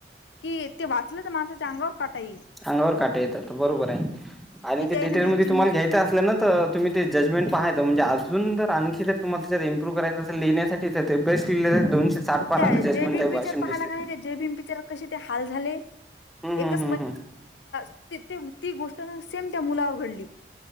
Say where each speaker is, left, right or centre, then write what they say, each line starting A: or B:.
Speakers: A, on the left; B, in the centre.
A: कि ते वाचलं तर, माणसाच्या अंगावर काटा येईल.
B: अंगावर काटा येतात. बरोबर हाय आणि
A: कि
B: ते
A: त्यान
B: डिटेल
A: घरची
B: मध्ये तुम्हाला घ्यायचं असलना तर तुम्ही ते जजमेंट पाहायचं म्हणजे अजून जर आणखी जर तुम्हाला जर इ्प्रूव्ह करायचं असे लिण्यासाठी तर ते बेस्ट लिहिलेले दोनशे साठ पानांचं
A: त्या
B: जजमेंट
A: जय भीम
B: हाय
A: पिक्चर
B: वाशिम
A: पाहायला
B: डिस्ट्रिक्ट
A: का नाही त्या जय भीम पिक्चरात कसे ते हाल झाले,
B: हं, हं,
A: एक -
B: हं, हं.
A: - ती ती ती गोष्ट ना सेम त्या मुलावर घडली.